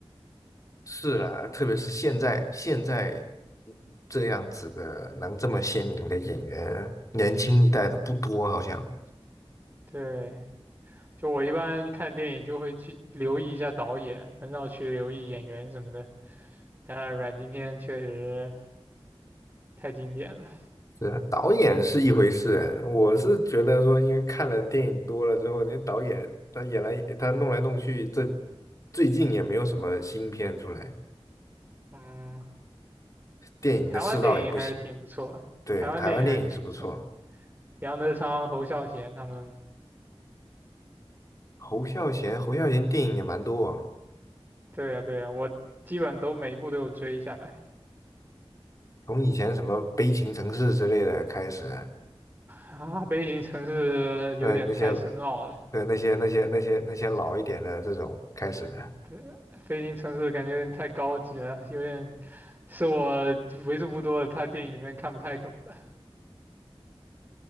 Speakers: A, on the left; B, on the right.
A: 是啦，特别是现在现在这样子的能这么鲜明的演员，年轻一代的不多，好像
B: 对，就我一般看电影就会去留意一下导演，很少去留意演员什么的。但阮经天确实太经典了，
A: 是啊导演是一回事。我是觉得说，因为看了电影多了之后，那导演他演来他弄来弄去，这最近也没有什么新片出来，
B: 嗯，
A: 电影的世道也不行。
B: 台湾电影还是挺不错，
A: 对，
B: 台湾电影还是挺不错。
A: 台湾电影是不错，
B: 杨德昌、侯孝贤他们，
A: 侯孝贤，侯孝贤电影也蛮多啊
B: 对呀对呀，我基本都每一部都有追下来。
A: 从以前什么《悲情城市》之类的开始，
B: 啊，悲情城市有点太深奥了，
A: 呃，那些。呃那些那些那些那些老一点的这种开始的
B: 对，飞行城市感觉有点太高级了，有点是我为数不多的他电影里面看不太懂的。